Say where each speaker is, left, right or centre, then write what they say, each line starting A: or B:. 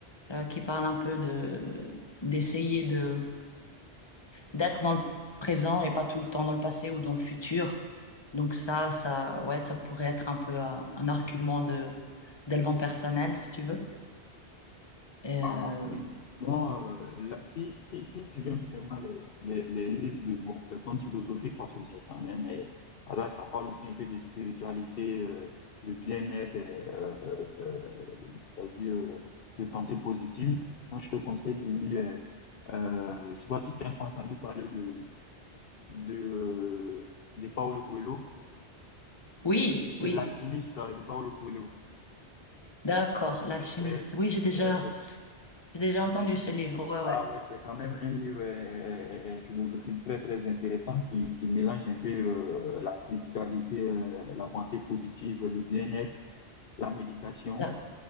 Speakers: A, on the left; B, on the left.
A: euh, qui parle un peu de d'essayer de d'être dans le présent et pas tout le temps dans le passé ou dans le futur. Donc ça, ça, ouais, ça pourrait être un peu un, un argument de d'élevant personnel, si tu veux. Euh,
B: Ah oui. Moi, euh, là, si, si, si tu aimes vraiment les, les, les livres de bon, les contes philosophiques, parce que c'est quand même, euh, là, ça parle aussi un peu de spiritualité, euh, de bien-être, euh, euh, euh, c'est-à-dire euh, de pensée positive. Moi, je te conseille de lire, euh, je ne sais pas si tu as entendu parler de, de, euh, de Paulo Coelho.
A: oui, oui,
B: de l'alchimiste euh, de Paolo Coelho.
A: d'accord, l'alchimiste.
B: Ouais,
A: Oui, j'ai déjà,
B: ouais, ouais.
A: j'ai déjà entendu ce livre. Ouais, ouais.
B: Ah ouais, c'est quand même un livre euh, euh, euh, philosophique très très intéressant qui, qui mélange un peu euh, la spiritualité, euh, la pensée positive, le bien-être, la méditation.
A: D'ac-